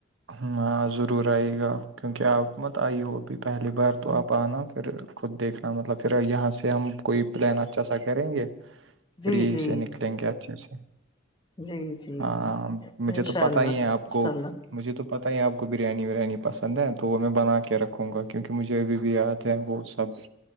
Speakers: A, on the right (about 70°); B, on the left (about 25°).
A: ہاں ضرور آئیے گا کیونکہ آپ مت آئیے ہو ابھی پہلی بار تو آپ آنا پھر خود دیکھنا مطلب پھر یہاں سے ہم کوئی پلان اچھا سا کریں گے پھر
B: جی
A: یہی
B: جی
A: سے نکلیں گے اچھے سے
B: جی جی
A: ہاں مجھے
B: انشاء
A: تو پتا
B: اللہ
A: ہی ہے آپ
B: انشاء
A: کو
B: اللہ
A: مجھے تو پتہ ہے آپ کو بریانی ریانی پسند ہے تو وہ میں بنا کے رکھوں گا کیونکہ مجھے ابھی بھی د د وہ سب